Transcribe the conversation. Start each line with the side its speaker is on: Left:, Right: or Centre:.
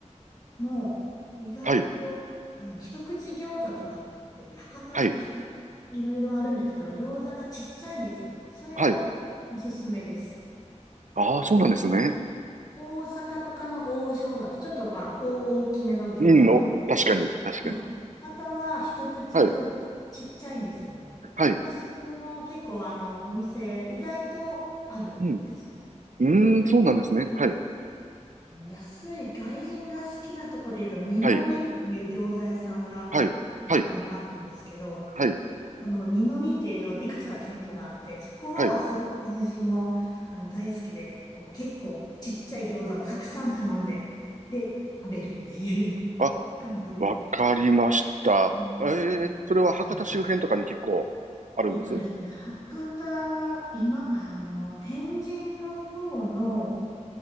Left: 子もう意外と、
Right: はい。
Left: あの、一口餃子とかっていう博多の人、
Right: はい。
Left: いろいろあるんですけど、餃子がちっちゃいんですよね。それもおすすめです。
Right: はい。ああ、そうなんですね。
Left: お、大阪とかの王将だと、ちょっとまあ、大大きめの餃子なんですけど、
Right: うん、お、確かに。確かに。
Left: もう博多は一口餃子ちっちゃいんですよね。
Right: はい。はい。
Left: まあ、それも結構、あの、お店、意外とあるんですよ。
Right: うん。うーん、
Left: で、えっと
Right: そうなんですね。はい。
Left: あの、安い外人が好きなとこで言うと、二の二っていう餃子屋さんが福岡にあるんですけど、
Right: はい。はい。はい。はい。
Left: その二の二っていう餃子、いくつか店舗があって、そこはすごい外人もあの大好きで、
Right: はい。
Left: こう結構ちっちゃい餃子をたくさん頼んで、で、食べるっていう
Right: あ、
Left: <laughs> 感じで。
Right: わかりました。
Left: うん
Right: ええ、それは博多周辺とかに結構あるんです
Left: でえっとですね、博多、今、あの、天神の方の、